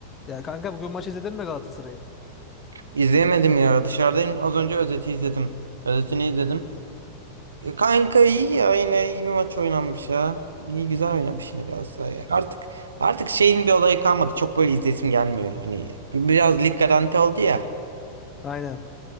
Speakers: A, on the left (about 25°); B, on the right (about 70°).
A: Ya kanka bugün maç izledin mi Galatasaray'ın?
B: İzleyemedim ya dışarıdayım. Az önce özeti izledim. Özetini izledim. E, Kanka iyi ya yine iyi bir maç oynanmış ya. İyi güzel oynamış yine Galatasaray. ya. Artık artık şeyin bir olayı kalmadı. Çok böyle izlesim gelmiyor. Hani bi- biraz lig garanti oldu ya.
A: Aynen.